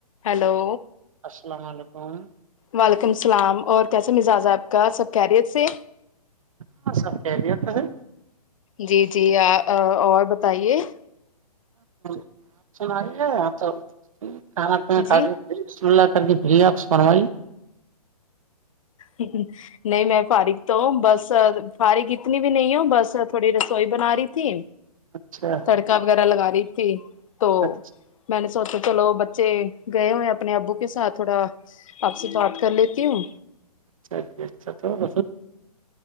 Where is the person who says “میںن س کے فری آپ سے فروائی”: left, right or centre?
Right